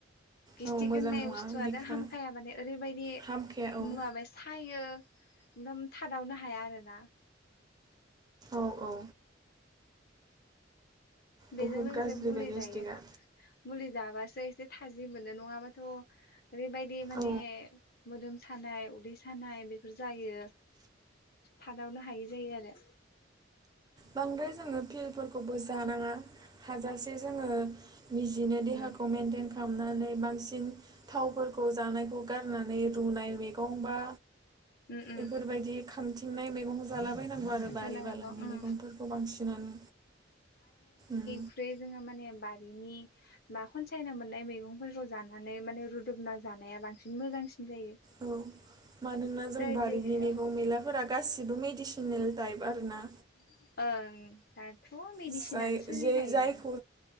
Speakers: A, on the left (about 50°); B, on the right (about 20°).
A: गेस्टिक
B: औ मोजां
A: होननाय
B: नङा
A: बुस्थुआनो
B: बिखा
A: हामखाया माने ओरैबायदि
B: हामखाया औ
A: मुवा <unintelligible> सायो एकदम थादावनो हाया आरो ना
B: औ औ
A: बेजों
B: बुहुद
A: लोगोसे
B: गाज्रि
A: मुलै
B: बे गेस्टिकआ
A: जायो। मुलि जाबासो एसे थाजिम मोनो नङाबाथ' ओरैबायदि माने
B: औ
A: मोदोम सानाय उदै सानाय बेफोर जायो थादावनो हायै जायो आरो
B: बांद्राय जोङो फिल्डफोरखौबो जानाङा हाजासे जोङो निजिनो देहाखौ
A: उम
B: मेनटेन खामनानै बांसिन थावफोरखौ जानायखौ गारनानै रुनाय मैगं बा
A: उम उम
B: बेफोरबायदि खांथिंनाय मैगंखौ जा जालाबायनांगौ आरो
A: खोन्थानो
B: बारि
A: हागौ
B: बालानि
A: उम
B: मैगंफोरखौ बांसिनानो उम
A: ख्रै जोङो माने बारिनि बा खनसायना मोननाय मैगंफोरखौ जानानै माने रुदुबना जानाया बांसिन मोजांसिन जायो।
B: औ मानोना जों
A: जाय
B: बारिनि
A: देहायाव
B: मैगं मैलाफोरा गासिबो मेडिसिनेल टाइप आरो ना
A: ओं मेडिसिनानो
B: जाय
A: सोलिखायो
B: जे जायखौ